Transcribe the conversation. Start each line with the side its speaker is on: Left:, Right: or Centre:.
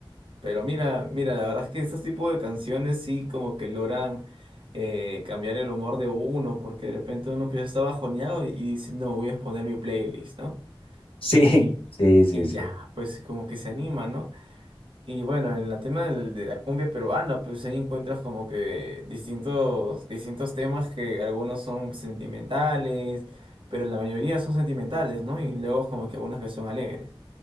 Right: Pero mira, mira, la verdad es que estos tipos de canciones sí como que logran eh, cambiar el humor de uno, porque de repente uno que ya está bajoneado y, y dice, no, voy a poner mi playlist, ¿no?
Left: Sí,
Right: Y,
Left: sí, sí,
Right: y
Left: sí.
Right: ya, pues como que se anima, ¿no? Y bueno, en la tema del- de la cumbia peruana, pues ahí encuentras como que distintos, distintos temas que algunos son sentimentales, pero la mayoría son sentimentales, ¿no? Y luego como que algunos que son alegres.